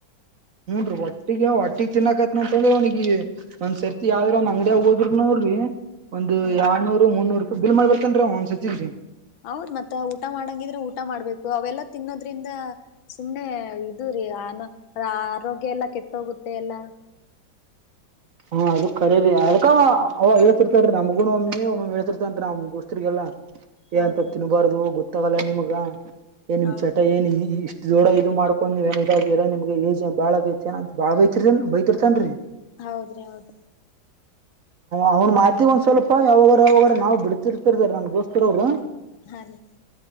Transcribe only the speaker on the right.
ಹೂನ್ರೀ ಒಟ್ಟಿಗ ಒಟ್ಟಿ ತಿನ್ನ್ನಕತ್ನ ಅಂತಂದ್ರೆ ಅವನಗ ಒಂದ್ ಸರ್ತಿ ಯಾವ್ದ್ರ ಒಂದ್ ಅಂಗಡ ಹೋದ್ರುನು ನೋಡ್ರಿ ಒಂದು
ಎರ್ನೂರು ಮುನ್ನೂರು ರೂಪಾಯಿ ಬಿಲ್ ಮಾಡ್ಬೇತನ್ರೀ ಒಂದ್ ಸತಿನ್ರಿ
ಹ ಅದ ಕರರಿ ಅದಕ್ಕ ಅವೇಳ್ತಿರ್ತನ್ರಿ ನಮ್ಗೂ ಒಮ್ಮಿ ಒಮ್ಮ ಹೇಳ್ತಿತನ್ ನ ಅವಮೋಸ್ಸರಿಗೆಲ್ಲ ಏ
ಅಂತ ತಿನ್ಬಾರ್ದದು ಗೊತ್ತಾಗಲ್ಲ ನಿಮಗ ಏ ನಿಮ್
ಚಟ ಏನ್ ಇಷ್ಟ ದೋಡ ಇದು ಮಾಡ್ಕೊಂಡು ನೀವ ಏ ಇದಾಗ ನಿಮ್ಗೆ ಏ್ ಬಾಳಗಐತೆಏ ಅ ಬಾಳ ಬೈತಿರ್ತನ್ ಬೈತಿರ್ತನ್ೀ
ಅವ್ನ್ ಮಾತಿಗ್ ಒಂದ್ ಸ್ವಲ್ಪ ಯಾವಾಗಾರ ಯಾವಾಗ ನಾವ್ ಬಿಡ್ತಿರ್ತಿರ್ತಾರೆ ನಮ್ ದೋಸ್ತರ ಅವ್ರು